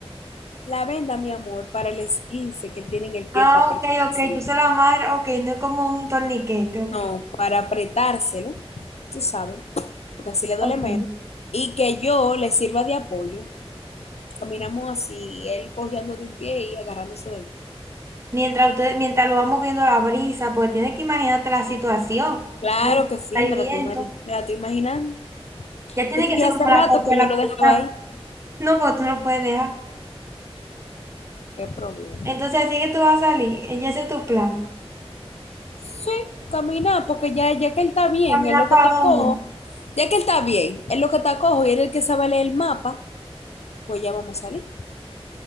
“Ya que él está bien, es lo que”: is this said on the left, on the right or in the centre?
Left